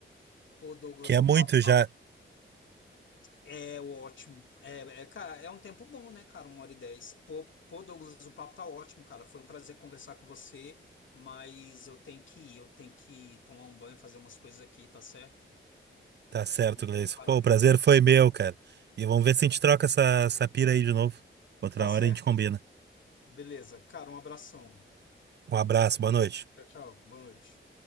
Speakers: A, on the left; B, on the right.
A: Pô, Douglas,
B: Que é
A: o
B: muito
A: papo
B: já.
A: é ótimo. É, é, cara, é um tempo bom, né, cara? Uma hora e dez. Pô, pô, Douglas, o papo tá ótimo, cara. Foi um prazer conversar com você, mas eu tenho que ir, eu tenho que tomar um banho, fazer umas coisas aqui, tá certo?
B: Tá certo, Gleison.
A: Preparar
B: Pô, o
A: pra
B: prazer
A: semana.
B: foi meu, cara. E vamos ver se a gente troca essa, essa pira aí de novo. Outra
A: Tá certo.
B: hora a gente combina.
A: Beleza. Cara, um abração.
B: Um abraço, boa noite.
A: Tchau, tchau. Boa noite.